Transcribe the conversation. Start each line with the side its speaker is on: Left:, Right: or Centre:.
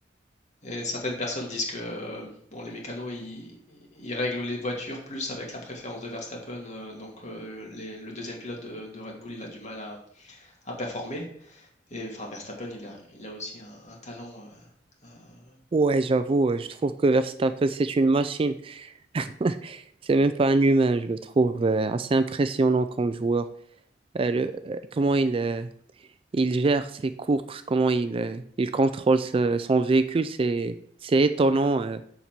Left: Et certaines personnes disent que euh, bon, les mécanos ils, ils règlent les voitures plus avec la préférence de Verstappen, euh, donc euh, les- le deuxième pilote de, de Red Bull il a du mal à à performer. Et enfin, Verstappen, il a, il a aussi un, un talent. euh, euh.
Right: Ouais, j'avoue, ouais, je trouve que Verstappen, c'est une machine. <laughs> C'est même pas un humain, je le trouve euh, assez impressionnant comme joueur. Euh, le- euh, comment il, euh, il gère ses courses, comment il, euh, il contrôle ce- son véhicule, c'est, c'est étonnant. euh,